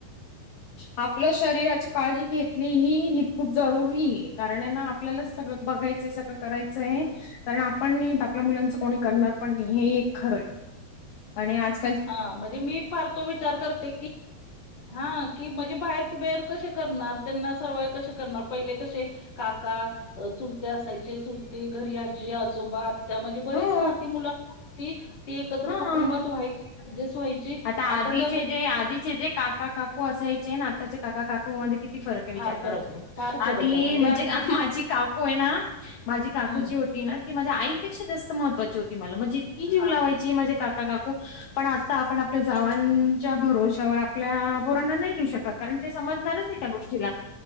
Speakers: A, on the left; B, on the left.
A: आपल्या शरीराची काळजी घेतली ही, हीच खूप जरुरी हे कारण आहे ना आपल्यालाच सगळं बघायचय, सगळं करायचय. कारण आपण नाही तर आपल्या मुलांच कोणी करणार पण नाही, हे एक खरं आहे आणि आज
B: हा, म्हणजे मी फार तो विचार करते की हा की म्हणजे बाहेर ते बेअर कसे करणार?, त्यांना सर्व कसे करणार पहिले कसे काका, चुलते असायचे चुलते घरी आजी आजोबा त्या म्हणजे बरीच
A: हो
B: ना ती मुल ती एकत्र
A: हा
B: कुटुंबात व्हायची ऍडजस्ट व्हायची
A: आता आधीचे
B: त्या गोष्टी
A: जे आधीचे जे काका, काकू असायचे ना आत्ताचे काका, का कु मध्ये किती फरक आहे विचार
B: फार फरक
A: करा तुम्ही.
B: आहे फार फरक
A: आधी
B: आहे
A: म्हणजे,
B: अगदी
A: माझी काकू आहे ना माझी काकू
B: हम्म
A: जी होती ना की माझ्या आईपेक्षा जास्त महत्वाची होती मला, म्हणजे इतकी जीव
B: हा
A: लावय ची माझे काका, काकू पण आता आपण आपल्या जावांच्या भरोशावर आप आपल्या पोरांना नाही देऊ शकत, कारण ते समजणारच नाही त्या गोष्टीला.